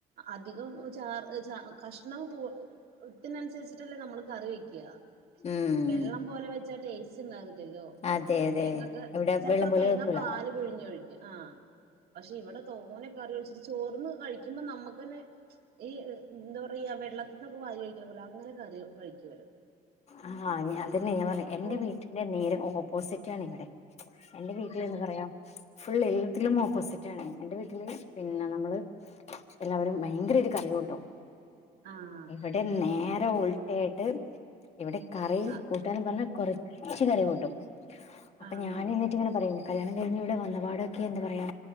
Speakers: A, on the right; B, on the left.
A: അധികം ചാറ് ചാർ. കഷണം തൊ പുട്ടിനനുസരിച്ചിട്ടല്ലേ നമ്മൾ കറി വെയ്ക്ക
B: ഉം
A: വെള്ളം പോലെ വെച്ചാ ടേസ്റ്റ് ഉണ്ടാവില്ലല്ലോ
B: അതെ അതെ
A: തേങ്ങക്ക്.
B: ഇവിടെ
A: ചെലപ്പോ
B: വെള്ളം പോലെ
A: തേങ്ങാ
B: വെക്കൂല
A: പാല് പിഴിഞ്ഞ് ഒഴിക്കും. ആഹ് പക്ഷെ ഇവിടെ തോന കറി ഒഴിച്ചിട്ട്, ചോറിന് കഴിക്കുമ്പോ നമ്മുക്കന്നെ ഈ എന്താ പറയാ വെള്ളത്തിന്നൊക്കെ വാരി കഴിക്കണ പോലെ അങ്ങനെ കറി കഴിക്ക വരും.
B: ആഹ് അതാ ഞാൻ പറഞ്ഞ. എന്റെ
A: ഓഹ്
B: വീട്ടിന്റെ നേര ഓപ്പോസിറ്റ് ആണ് ഇവിടെ എന്റെ വീട്ടില് എന്താ പറയാ, ഫുൾ എല്ലതിലും ഓപ്പോസിറ്റ് ആണ് എന്റെ വീട്ടില് പിന്നെ നമ്മള് എല്ലാവരും ഭയങ്കരായി കറി കൂട്ടും
A: ആഹ്
B: ഇവിടെ നേര ഉൾട്ട ആയിട്ട് ഇവിടെ കറി
A: ആഹ്
B: കൂ ഇവിടന്ന് പറഞ്ഞാ കൊറച്ച് കറി കൂട്ടും
A: ആഹ്
B: അപ്പൊ ഞാൻ
A: ആഹ്
B: എന്നിട്ട് ഇങ്ങനെ പറയും കല്യാണം കഴിഞ്ഞ് ഇവിടെ വന്നപാടൊക്കെ എന്താ പറയാ